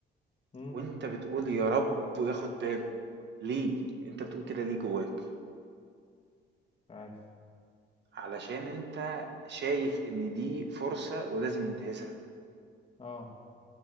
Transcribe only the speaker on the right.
وأنت بتقول يا رب وياخد باله ليه؟ أنت بتقول كده ليه جواك؟
علشان أنت شايف إن دي فرصة ولازم ينتهزها